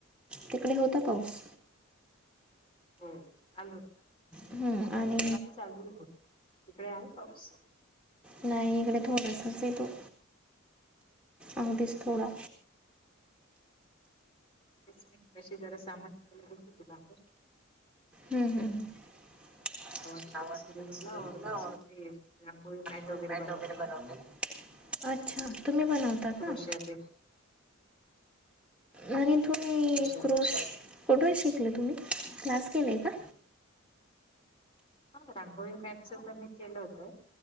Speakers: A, in the centre; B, on the left.
A: तिकडे होता पाऊस
B: हो काल होत का
A: हम्म,
B: पण होता
A: आणि
B: आता चालू तिकडे आहे पाऊस
A: नाही इकडे थोडासच आहे तो अगदीच थोडा
B: तेच मी मगाशी जरा सामान सामान आणायला गेले होते बाहेर
A: हम्म हम् हम्म श्रावण
B: वगैरे
A: मध्ये
B: सुरू झाला
A: सुद्धा
B: ऑर्डर सुरू रांगोळी मॅट
A: मत
B: वगैरे बनवते
A: वैगरे
B: ना
A: बनवतात अच्छा तुम्ही बनवता
B: क्रोशाचे
A: का आणि तुम्ही
B: क्रोशाच
A: क्रोश फोटो शिकल तुम्ही क्लास केलाय का
B: हा रांगोळी मॅगच तर मी केलं होतं